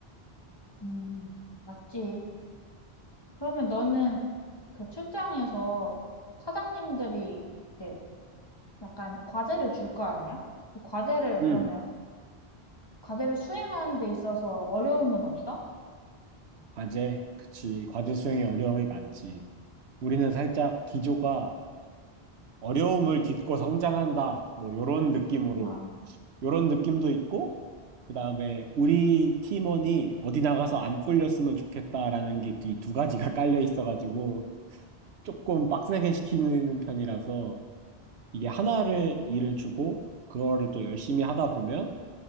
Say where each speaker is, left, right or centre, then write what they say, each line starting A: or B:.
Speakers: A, on the left (about 25°); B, on the right (about 85°).
A: 음. 맞지? 그러면 너는 그 출장에서 사장님들이 이제 약간 과제를 줄 거 아니야? 그 과제를
B: 음.
A: 그러면 과제를 수행하는 데 있어서 어려움은 없어?
B: 과제, 그치. 과제 수행에 어려움이 많지. 우리는 살짝 기조가 어려움을 딛고 성장한다. 뭐, 요런 느낌으로.
A: 아,
B: 요런 느낌도 있고, 그 다음에 우리 팀원이 어디 나가서 안 꿀렸으면 좋겠다라는 게 이 두 가지가 <laughs> 깔려 있어가지고 조금 빡세게 시키는 편이라서 이게 하나를 일을 주고 그거를 또 열심히 하다 보면